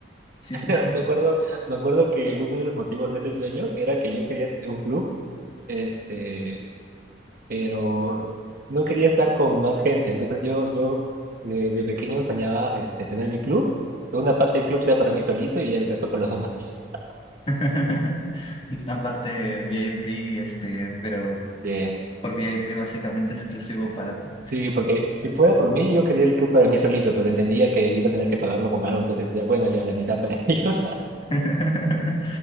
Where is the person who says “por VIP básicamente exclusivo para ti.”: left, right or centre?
Left